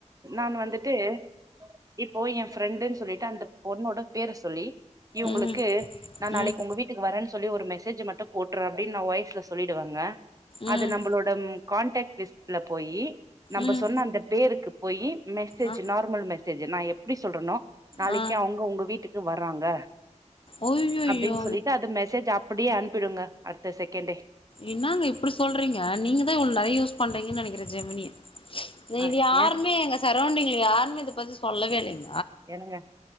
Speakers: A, on the right (about 30°); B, on the left (about 45°).
A: நான் வந்துட்டு இப்போ என் ஃப்ரெண்டுனு சொல்லி ட்டு அந்த பொண்ணோட பேர் சொல்லி இவங்களுக்கு
B: ம்
A: நான் நாளைக்கு
B: ம்
A: உங்க வீட்டுக்கு வரேன்னு சொல்லி ஒரு மெஸேஜ் மேசேஜ் மட்டு போட்டுறு அப்படினு நா வாய்ஸ்ல சொல்லிடுவங்க
B: ம்
A: அது நம்மளோட கான்டாக்ட் லிஸ்ட்ல போய் நம்ம
B: ம்
A: சொன்ன அந்த பேருக்கு போயி மெசேஜ்
B: அ
A: நார்மல் மெசேஜ் மெசேஜ் நா எப்படி சொல்றோனோ நாளைக்கு
B: ஆ
A: அவுங்க உங்க வீட்டுக்கு து வர்றாங்க
B: அய்யய்யோ
A: அப்டின்னு சொல்லிட்டு அந்த மெசேஜ் அப்படியே அனுப்பிடுங்க அடுத்த செகண்டே
B: என்னாங்க இப்டி சொல்றீங்க நீங்க தா இவ்ளோ நெறைய யூஸ் பண்றீங்கன்னு நெனைக்கிறே ஜெமினிய
A: ஆ
B: இது யாருமே
A: ஏ
B: எங்க சரௌண்டிங்ல யாருமே இது ஃபர்ஸ்ட் சொல்லவே இல்லைங்
A: ஏனுங்க